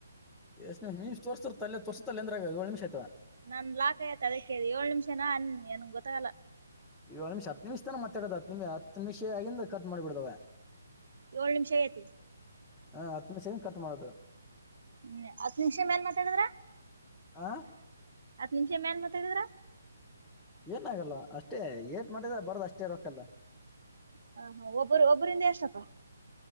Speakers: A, in the centre; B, on the right.
A: ಎಸ್ ಮ ನಿಮಿಷ ತೋರ್ಸತಲ್ಲ ತೋರ್ತಲ್ಲ ಅಂದ್ರಾಗ ಏಳ ನಿಮಿಷ ಆಯ್ತದ
B: ನನ್ ಲಾಕ್ ಆಗೇತಿ ಅದಕ್ಕೆೇಳಿ ಏಳು ನಿಮಿಷನ ಅನ್ ನನ್ ಗೊತ್ತಾಗಲ್ಲ.
A: ಏಳ ನಿಮಿಷ ಹತ್ತು ನಿಮಿಷ ತನ ಮತ್ತಾಡೋದು ಹತ್ತ ನಿಮಿಷ ಹತ್ತು ನಿಮಿಷ ಆಗಿಂದ ಕಟ್ ಮಾಡಿ ಬಿಡದವ
B: ಏಳ್ ನಿಮಿಷ ಐತಿ
A: ಹ ಹತ್ತು ನಿಮಿಷ ಆಗಿಂದ ಕಟ್ ಮಾಡದ
B: ಹ್ಮ್ ಹತ್ತ ನಿಮಿಷ ಮ್ಯಾಲ್ ಮಾತಾಡಿದ್ರ
A: ಆ
B: ಹತ್ತ ನಿಮಿಷ ಮ್ಯಾಲ್ ಮಾತಡಿದರ
A: ಏನ ಆಗಲ್ಲ ಅಷ್ಟೇ ಏಟ್ ಮಾತಡಿದ ಬರದ ಅಷ್ಟೇ ರೊಕ್ಕಲ್ಲ
B: ಹ ಹಾ ಒಬ್ಬರು ಒಬ್ಬರಿಂದ ಎಷ್ಟಪ್ಪ.